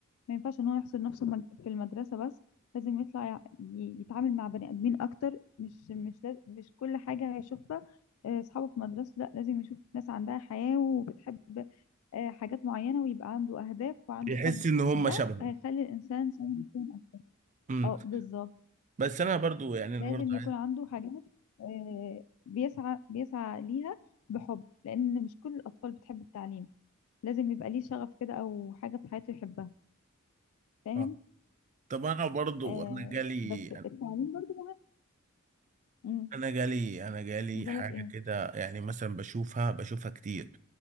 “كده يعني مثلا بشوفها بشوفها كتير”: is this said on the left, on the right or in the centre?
Right